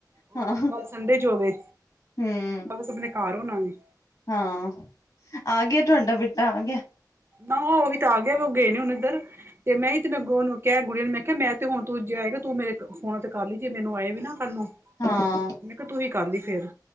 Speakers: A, on the right; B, on the left.
A: ਉਹ
B: ਹਾਂ
A: ਗੱਲ ਸੰਡੇ ਜੋਵੇ
B: ਹਮ
A: ਕਲ੍ਹ ਸਭ ਨੇ ਘਾਰ ਹੋਣਾ ਵੇ
B: ਹਾਂ, ਆ ਗਿਆ ਤੁਹਾਡਾ ਬੇਟਾ, ਆ ਗਿਆ?
A: ਨਾ ਉਹੀ ਤਾਂ ਆ ਗਿਆ ਵਾ, ਉਹ ਗਏ ਨੇ ਹੁਣ ਇੱਧਰ ਤੇ ਮੈਂ ਈ ਤੇ ਨੱਗੋ ਉਹਨੂੰ ਕਿਹਾ ਗੁੜੀਆਂ ਨੂੰ, ਮੈਂ ਕਿਹਾ ਮੈਂ ਤੇ ਹੁਣ ਤੂੰ ਜ ਹੈਗਾ ਤੂੰ ਮੇਰੇ ਫੋਨਾਂ ਤੇ ਕਰ ਲੀ, ਜੇ ਮੈਨੂੰ ਆਏ ਵੀ ਨਾ ਕੱਲ੍ਹ ਨੂੰ,
B: ਹਾਂ
A: ਮੈਂ ਕਿਹਾ ਤੂੰ ਹੀ ਕਰ ਲੀ ਫੇਰ